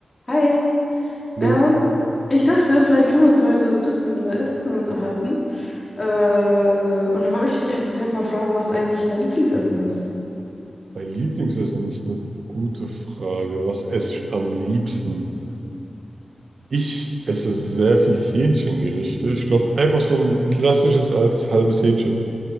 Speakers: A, on the left; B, on the right.
A: Hi,
B: Ne?
A: ähm, ich dachte, vielleicht können wir uns heute so ein bisschen über Essen uns erhalten. Äh, und da wollte ich dich einfach direkt mal fragen, was eigentlich dein Lieblingsessen ist.
B: Mein Lieblingsessen ist eine gute Frage. Was esse ich am liebsten? Ich esse sehr viel Hähnchengerichte. Ich glaube, einfach so ein klassisches altes halbes Hähnchen.